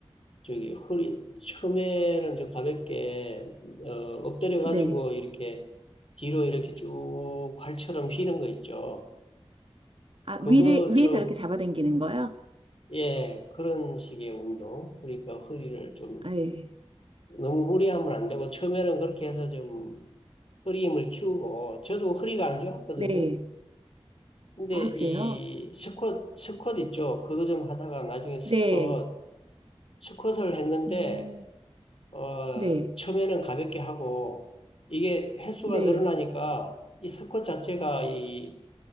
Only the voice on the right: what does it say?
네.
아,
위를, 위에서
이렇게 잡아당기는 거요?
아, 예.
네.
아,
그래요?
네.
음,
네.
네.